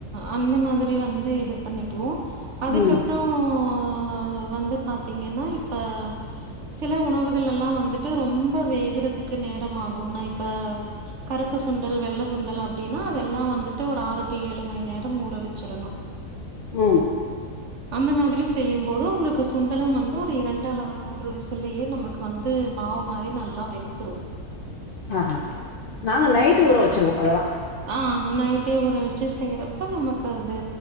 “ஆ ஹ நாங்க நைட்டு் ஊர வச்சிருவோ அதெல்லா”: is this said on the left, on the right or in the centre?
Left